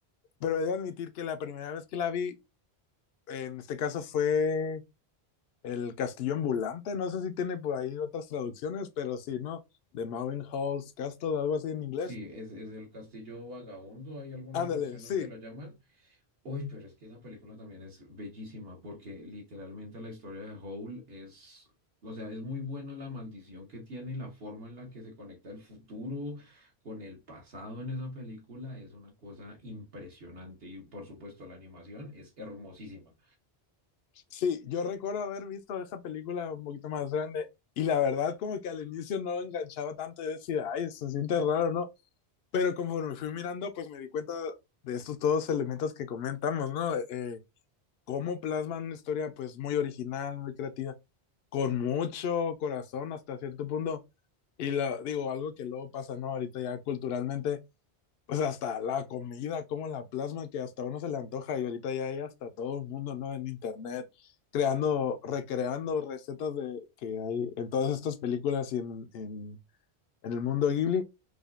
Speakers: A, on the left; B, on the right.
A: Pero he de admitir que la primera vez que la vi, en este caso fue El Castillo Ambulante, no sé si tiene por ahí otras traducciones, pero sí, ¿no? The Hall's Castle, algo así en inglés.
B: Sí, es, es el Castillo Vagabundo, hay algunas
A: Ándale,
B: versiones
A: sí.
B: que lo llaman. Uy, pero es que esa película también es bellísima porque literalmente la historia de Howl es, o sea, es muy buena la maldición que tiene y la forma en la que se conecta el futuro con el pasado en esa película es una cosa impresionante y por supuesto la animación es hermosísima.
A: Sí, yo recuerdo haber visto esa película un poquito más grande y la verdad como que al inicio no enganchaba tanto y decía, ay, se siente raro, ¿no? Pero conforme fui mirando, pues me di cuenta de estos todos elementos que comentamos, ¿no? Eh, cómo plasman una historia pues muy original, muy creativa, con mucho corazón hasta cierto punto. Y la, digo, algo que luego pasa, ¿no? Ahorita ya culturalmente pues hasta la comida, como la plasma, que hasta uno se le antoja y ahorita ya hay hasta todo el mundo, ¿no? En internet, creando, recreando recetas de que hay en todas estas películas y en, en, en el mundo Ghibli.